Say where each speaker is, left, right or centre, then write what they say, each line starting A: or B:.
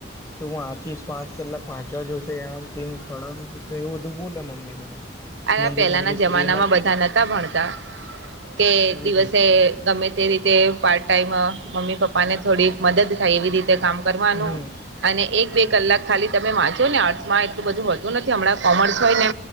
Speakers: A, on the left; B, on the right.
A: તો આચીસ પાસ કલાક વાંચવા જોશે આમ તેમ ફળા એવું બધું બોલે મમ્મી મને.
B: અલા
A: મેં કીધું
B: પેલાના
A: મમ્મી
B: જમાનામાં
A: એના
B: બધા નહતા ભણતા કે દિવસે
A: એ જ ને
B: ગમે તે રીતે પાર્ટ ટાઈમ મમ્મી પપ્પા ને થોડી મદદ થાય એવી રીતે કામ કરવાનું.
A: હમ
B: અને એક બે કલાક ખાલી તમે વાંચો ને આર્ટ્સમાં એટલું બધું હોતું નથી હમણાં કોમર્સ હોય ને